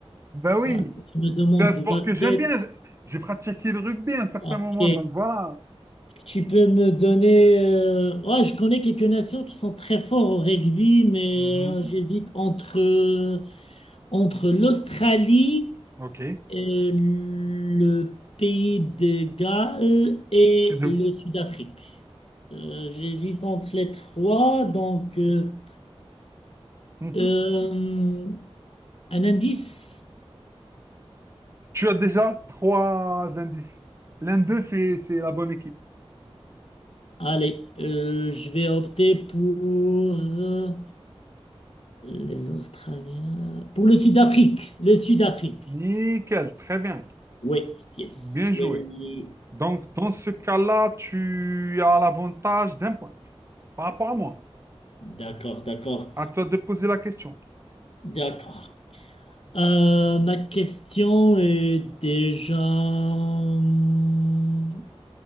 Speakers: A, on the right (about 25°); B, on the left (about 70°).
A: Bah oui.
B: Ah, Tu me demandes
A: C'est un sport
B: de basket.
A: que j'aime bien. J'ai pratiqué le rugby à un certain
B: Ok.
A: moment, donc voilà.
B: Tu peux me donner. euh, ouais, je connais quelques nations qui sont très forts au rugby, mais
A: Mhm.
B: euh, j'hésite entre, entre l'Australie.
A: Ok.
B: euh, le pays de Galles et
A: C'est deux.
B: le Sud-Afrique. Euh, j'hésite entre les trois, donc euh,
A: Mhm.
B: euh, un indice.
A: Tu as déjà trois indices. L'un d'eux, c'est c'est la bonne équipe.
B: Allez, euh, je vais opter pour euh, les Australiens, pour le Sud-Afrique, le Sud-Afrique.
A: Nickel, très bien.
B: Oui, yes,
A: Bien joué.
B: oui, oui, oui.
A: Donc, dans ce cas-là, tu as l'avantage d'un point par rapport à moi.
B: D'accord, d'accord,
A: À toi de poser la question.
B: d'accord. Euh, ma question est déjà... hum,